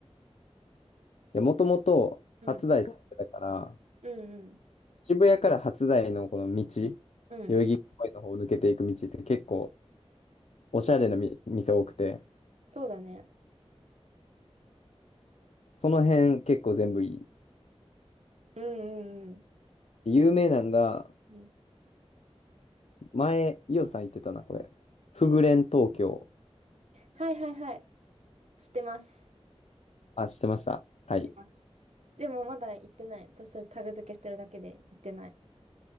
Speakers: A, on the left (about 75°); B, on the right (about 80°).
A: や、もともと初台住んでたから、
B: うん。うんうん。
A: 渋谷から初台のこの道、代
B: うん。
A: 々木公園の方を抜けていく道って結構おしゃれなみ店多くて、
B: そうだね。
A: その辺結構全部いい。
B: うんうんうん。
A: 有名なんが、
B: うん。
A: 前、イオさん言ってたな、これ。フグレン東京。
B: はいはいはい。知ってます。
A: あ、知ってました。はい。
B: 知ってます。でもまだ行ってない。私それタグ付けしてるだけで行ってない。